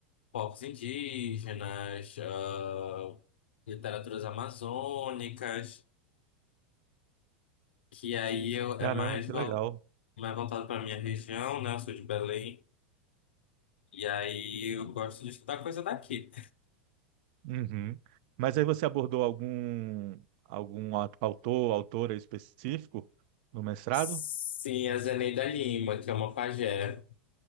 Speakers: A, on the left (about 70°); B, on the right (about 55°).
A: povos indígenas, ah, literaturas amazônicas, que aí eu,
B: Caramba,
A: é mais,
B: que
A: vol-
B: legal.
A: mais voltado para minha região, né? Eu sou de Belém. E aí eu gosto de estudar coisa daqui.
B: Uhum. Mas aí você abordou algum algum au- autor, autora específico no mestrado?
A: Sim, a Zeneida Lima, que é uma pajé,